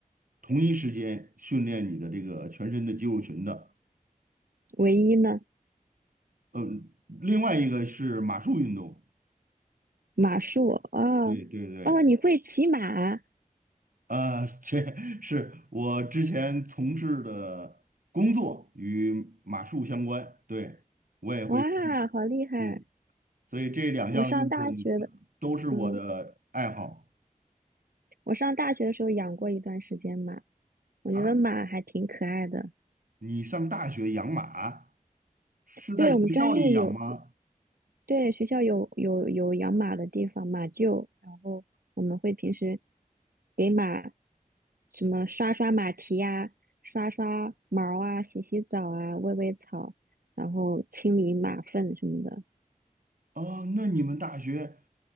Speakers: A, on the right; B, on the right.
A: 同一时间训练你的这个全身的肌肉群的。
B: 唯一呢，
A: 呃，另外一个是马术运动。
B: 马术，哦哦，
A: 对对对。
B: 你会骑马，
A: 呃，这 <laughs> 是我之前从事的工作与马术相关，对，我也会欣赏，
B: 哇，好厉害，
A: 嗯，所以这两项运动
B: 我上大学的。
A: 都是我的爱好
B: 嗯。我上大学的时候养过一段时间马，我觉得马还挺可爱的。
A: 啊。你上大学养马是在学校里养吗？
B: 对，我们专业有，对，学校有有有养马的地方，马厩，然后我们会平时给马什么刷刷马蹄呀、刷刷毛啊、洗洗澡啊、喂喂草，然后清理马粪什么的。
A: 哦，那你们大学